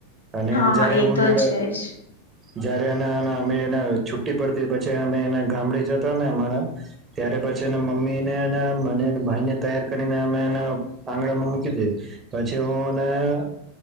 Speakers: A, on the right (about 25°); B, on the left (about 75°).
A: અને
B: હા
A: જયારે
B: એ
A: હું
B: તો
A: નડે
B: છે જ.
A: જયારે એને અમે એ છુટી પડતી પછી અમે એને ગામડી જતા ને અમારા ત્યારે પછી એ મમ્મીને મને ભાઈ ને તૈય કરીને અમે એને આંગણા મૂકી દે. પછી હું ને